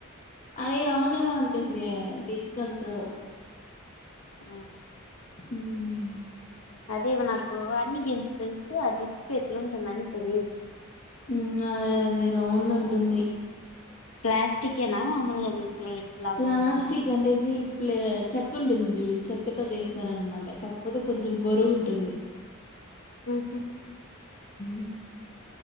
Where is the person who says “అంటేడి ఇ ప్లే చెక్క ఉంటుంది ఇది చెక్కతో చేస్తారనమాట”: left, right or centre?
Left